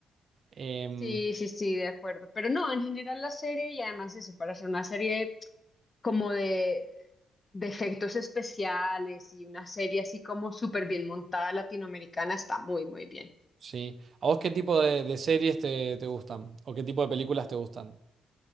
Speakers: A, on the right (about 55°); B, on the left (about 35°).
A: Em,
B: Sí, sí, sí, de acuerdo. Pero no, en general la serie y además eso, para hacer una serie como de, de efectos especiales y una serie así como súper bien montada latinoamericana está muy, muy bien.
A: sí. ¿A vos qué tipo de, de series te, te gustan? ¿O qué tipo de películas te gustan?